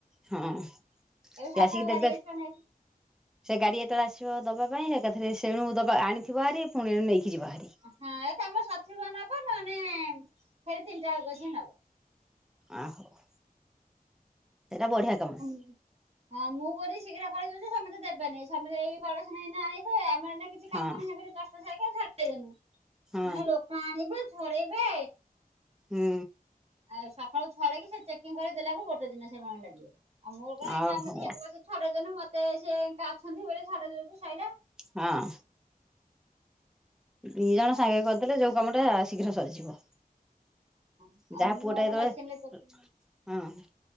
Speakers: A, in the centre; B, on the right (about 40°).
A: ହଁ।
B: ଏବେ
A: ସେ
B: ସକାଳୁ
A: ଆସିକି ଦେବେ
B: ଗାଡି ଆସିବ ନେ
A: ସେ ଗାଡି ଯେତେବେଳେ ଆସିବ ଦବା ପାଇଁ ଏକାଥରେ ସେଣୁ ଦବା ଆଣିଥିବ ହାରି ପୁଣି ଏଣୁ ନେଇକି ଯିବ ହାରି।
B: ହଁ ଏ କାମ ସରିଥିବ ନା ଅପା ନହେଲେ ସେ ତିନିଟା ବେଳକୁ ଆସି ନବ।
A: ଆ ହଉ ସେଟା ବଢିଆ
B: ନବ
A: କାମ।
B: ହଁ ମୁଁ ବୋଲିି ଶୀଘ୍ର ଫେରେଇଦଉଚି ସମେତେ ଦେବେନେଇ ସମେତେ ଏଇ ଖରା ସମୟ ଏଇନା ଆଇବ ଆମର ଏଇନେ କିଛି
A: ହଁ
B: କାମ ନ <unintelligible>
A: ହଁ
B: ଲୋକ ଆଣିବେ ଛଡେଇବେ
A: ହୁଁ।
B: ଆଉ ସକାଳୁ ଛଡେଇ କିି ସେ ଚେକିଂ କରି ଦେଲାକୁ ଗୋଟେ ଦିନ ସମୟ ଲାଗିବ। ଆଉ ମୋର କଣ ଏଇନା
A: ଆଉ
B: ଆମେ
A: ହଉ
B: ଦିଆଁକୁ ଆସି ଛଡେଇଦେନୁ ମତେ ସ ଏକା ଅଛନ୍ତି ବୋଲି ଛଡେଇ ଦେଲୁ ସାଇଲା।
A: ହଁ। ଦି ଜଣ
B: ଆଉ
A: ସାଙ୍ଗରେ କରିଦେଲେ ଯଉ କାମଟା ଶୀଘ୍ର ସରିଯିବ।
B: ହଁ। ଆଉ
A: ଯାହା
B: ମୁଁ
A: ପୁଅ
B: ମୋର
A: ଟା ଯେତେବେଳେ
B: ମେସିନରେ ଚେକିଂ
A: ହଁ-